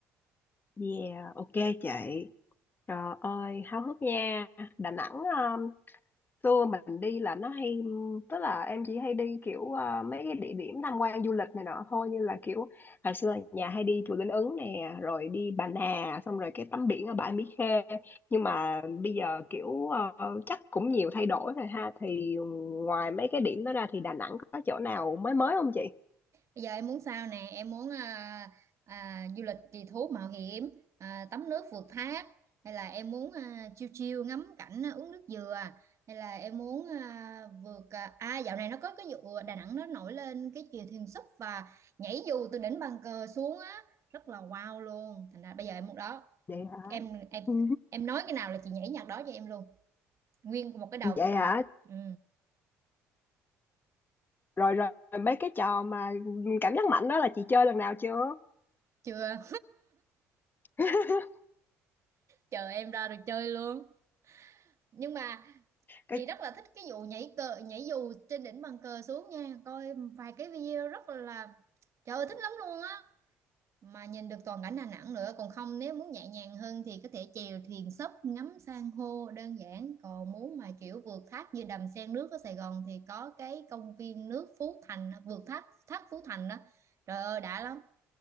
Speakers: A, on the left; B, on the right.
A: yeah ok chị Trời ơi, háo hức nha. Đà Nẵng um, xưa mình đi là nó hay tức là em chỉ hay đi kiểu uh, mấy cái địa điểm tham quan du lịch này nọ thôi như là kiểu hồi xưa là nhà hay đi chùa Linh Ứng nè, rồi đi Bà Nà, xong rồi cái tắm biển ở bãi Mỹ Khê. Nhưng mà bây giờ kiểu uh, chắc cũng nhiều thay đổi rồi ha. Thì ngoài mấy cái điểm đó ra thì Đà Nẵng có chỗ nào mới mới không chị?
B: Bây giờ em muốn sao nè, em muốn à, à, du lịch kỳ thú mạo hiểm, à, tắm nước vượt thác, hay là em muốn à, chiêu chiêu ngắm cảnh à, uống nước dừa, hay là em muốn à, vượt à, à dạo này nó có cái vụ Đà Nẵng nó nổi lên cái chèo thuyền súp và nhảy dù từ đỉnh bàn cờ xuống á, rất là wow luôn. Thành ra bây giờ em muốn đó,
A: Vậy hả?
B: em
A: <laughs>
B: em
A: Ừ.
B: em nói cái nào là chị nhảy nhạc đó cho em luôn, nguyên một cái đầu.
A: Vậy hả?
B: Ừ, ừ,
A: Rồi rồi mấy cái trò mà cảm giác mạnh đó là chị chơi lần nào chưa?
B: chưa,
A: <laughs>
B: chờ em ra rồi chơi luôn nhưng mà
A: Có
B: chị rất là thích cái vụ nhảy cờ nhảy dù trên đỉnh bàn cờ xuống nha coi vài cái video rất là trời ơi thích lắm luôn á mà nhìn được toàn cảnh Đà Nẵng nữa còn không nếu muốn nhẹ nhàng hơn thì có thể chèo thuyền sấp ngắm san hô đơn giản còn muốn mà kiểu vượt thác như Đầm Sen nước ở Sài Gòn thì có cái công viên nước Phú Thành vượt thác thác Phú Thành đó trời ơi đã lắm